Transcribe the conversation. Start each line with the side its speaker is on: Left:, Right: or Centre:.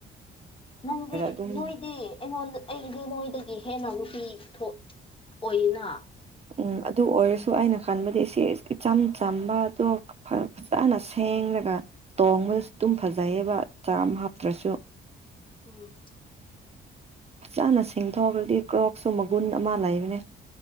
Left: ꯅꯪꯗꯤ
Right: ꯑꯗꯨꯝ
Left: ꯅꯣꯏꯗꯤ ꯑꯩꯉꯣꯟꯗ ꯑꯩꯗꯤ ꯅꯣꯏꯗꯒꯤ ꯍꯦꯟꯅ ꯅꯨꯄꯤ ꯊꯣꯛ ꯑꯣꯏꯅ
Right: ꯎꯝ ꯑꯗꯨ ꯑꯣꯏꯔꯁꯨ ꯑꯩꯅ ꯈꯟꯕꯗꯤ ꯁꯤ ꯏꯆꯝ ꯆꯝꯕꯗꯣ ꯐꯖꯅ ꯁꯦꯡꯂꯒ ꯇꯣꯡꯕꯗꯁꯨ ꯑꯗꯨꯝ ꯐꯖꯩꯌꯦꯕ ꯆꯥꯝ ꯍꯥꯞꯇ꯭ꯔꯁꯨ
Left: ꯎꯝ
Right: ꯐꯖꯅ ꯁꯤꯡꯊꯣꯛꯑꯒꯗꯤ ꯀ꯭ꯔꯣꯞꯁꯨ ꯃꯒꯨꯟ ꯑꯃ ꯂꯩꯕꯅꯦ